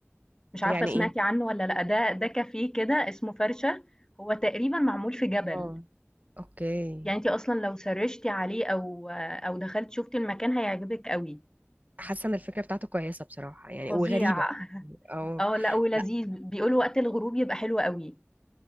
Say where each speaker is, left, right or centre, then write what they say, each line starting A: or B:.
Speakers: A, on the left (about 15°); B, on the right (about 35°).
A: مش عارفة
B: يعني
A: سمعتي
B: ايه
A: عنه والّا لأ، ده ده كافيه كده اسمه فرشة، هو تقريبًا معمول في جبل،
B: اه اوكي
A: يعني أنتِ أصلًا لو سرِّشتِ عليه أو أو دخلتِ شُفتِ المكان هيعجبِك أوي،
B: حاسة ان الفكرة بتاعته كويسة بصراحة يعني
A: فظيع
B: وغريبة
A: <laughs>
B: او
A: آه، لأ ولذيذ،
B: لا
A: بيقولوا وقت الغروب يبقى حلو أوي.